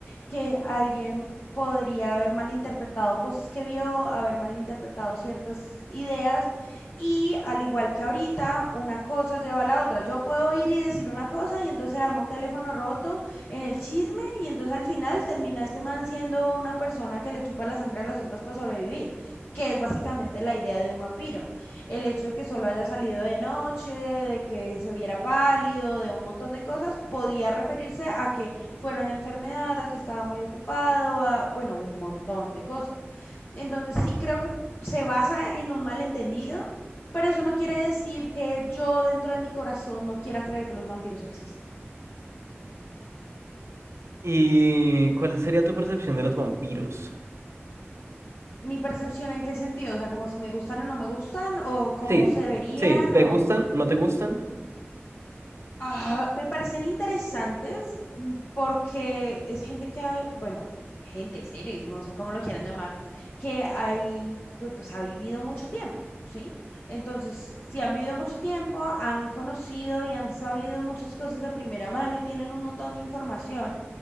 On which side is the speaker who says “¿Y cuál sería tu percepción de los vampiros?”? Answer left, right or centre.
Right